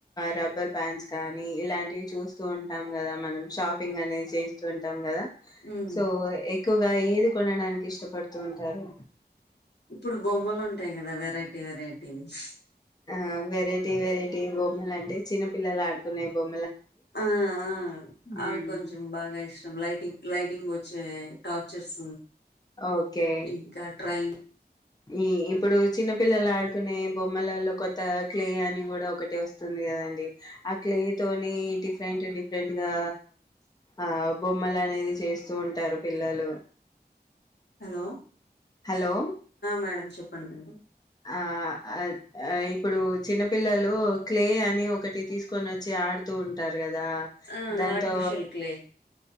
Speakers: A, on the left; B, on the left.
A: రబ్బర్ బాండ్స్ గానీ ఇలాంటివి చూస్తూ ఉంటాం కదా మనం షాపింగ్ అనేది చేస్తూ ఉంటాం కదా
B: ఉమ్
A: సో ఇక్ ఎక్కువగా ఏది కొనడానికి ఇష్టపడు తూ ఉంటారు
B: ఇప్పుడు బొమ్మలు ఉంటాయి కదా వెరైటీ వెరైటీస్
A: ఆ వెరైటీ వెరైటీ బొమ్మలు అంటే చిన్న పిల్లలు ఆడుకునే బొమ్మ
B: ఆ ఆ
A: హ్మ్.
B: అవి కొంచెం బాగా ఇష్టం లటింగ్ లైటింగ్ వచ్చే టార్చర్స్
A: ఓకే.
B: ఇంకా ట్రైన్
A: ఈ ఇప్పుడు చిన్నపిల్లలు ఆడుకునే బొమ్మలలో కొత్త క్లే అని కూడా ఒకటి వస్తుంది కదండి ఆ క్లే తోని డిఫరెంట్ డిఫరెంట్ గా ఆ బొమ్మలు అనేది చేస్తూ ఉంటారు పిల్లలు
B: హలో
A: హలో
B: మేడం చెట్ పను మడి
A: ఆ ఇప్పుడు చిన్నపిల్లలు క్లే అని ఒకటి తీసు కొన వచ్చి ఆడుతూ ఉంటారు కదా
B: ఆ
A: దాంతో
B: ఆర్టిఫిషియల్ క్లే